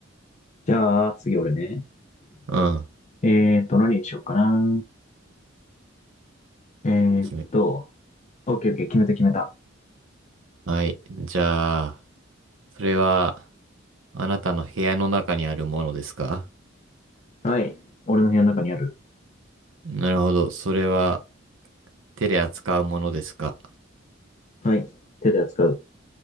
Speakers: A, on the left; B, on the right.
A: じゃあ次俺ね。
B: うん、
A: えーっと、何にしよっかな。えーっと、
B: 決め。
A: オッケーオッケー、決めた決めた。
B: はい。じゃあ、それは、あなたの部屋の中にあるものですか
A: はい。俺の部屋の中にある。
B: なるほど。それは、手で扱うものですか
A: はい。手で扱う。